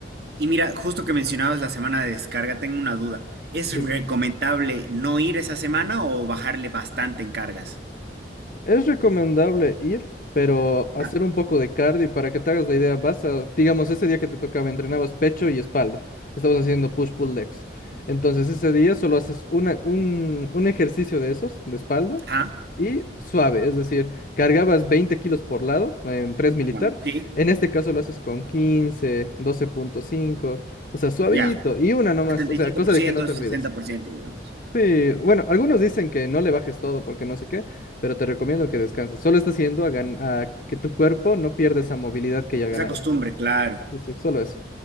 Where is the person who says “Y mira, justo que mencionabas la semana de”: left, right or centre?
Right